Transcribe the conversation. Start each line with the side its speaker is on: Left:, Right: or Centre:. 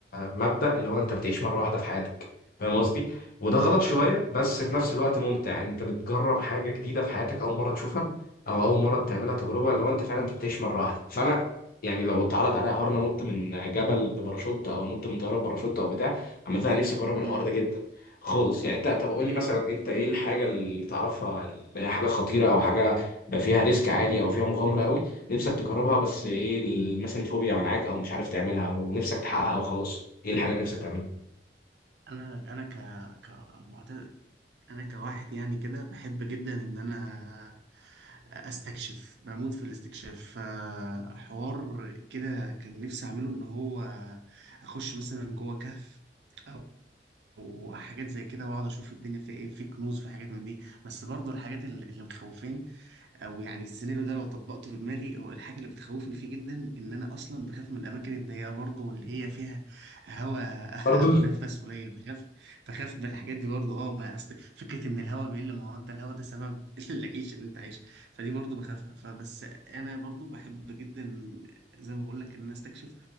Left: مبدا اللي هو انت بتعيش مره واحده في حياتك فاهم قصدي وده غلط شويه
Right: اه
Left: بس في نفس الوقت ممتع يعني انت بتجرب حاجه جديده في حياتك اول مره تشوفها او اول مره تعملها تجربه اللي هو انت فعلا انت بتعيش مره واحده فانا يعني لو اتعرض عليا حوار إن انا نط من جبل بباراشوت او نط من طياره بباراشوت او بتاع عامه انا نفسي اجرب
Right: امم
Left: الحوار ده جدا خالص يعني انت طب قول
Right: ايوه
Left: لي مثلا انت ايه الحاجه اللي تعرفها اللي هي حاجه خطيره او حاجه فيها ريسك عالي او فيها مغامره قوي نفسك تجربها بس ايه ال- مثلا الفوبيا منعاك او مش عارف تعملها ونفسك تحققها وخلاص ايه الحاجه اللي نفسك تعملها
Right: انا انا ك كمعتاد انا كواحد يعني كده بحب جدا ان انا استكشف بموت في الاستكشاف فحوار كده كان نفسي اعمله ان هو اخش مثلا جوه كهف او وحاجات زي كده واقعد اشوف الدنيا في ايه في كنوز في حاجات من دي بس برضو الحاجات اللي اللي مخوفاني او يعني السيناريو ده لو طبقته في دماغي هو الحاجه اللي بتخوفني فيه جدا ان انا اصلا بخاف من الاماكن الضيقه برضه واللي هي فيها هواء
Left: برضه
Right: <laughs> او نفس قليل بخاف بخاف من الحاجات دي برضه اه ما اصل فكره ان الهواء بيقل ما هو انت الهواء ده سبب <laughs> العيش اللي انت عايش فدي برضه بخافها فبس انا برضه بحب جدا زي ما بقول لك ان انا استكشف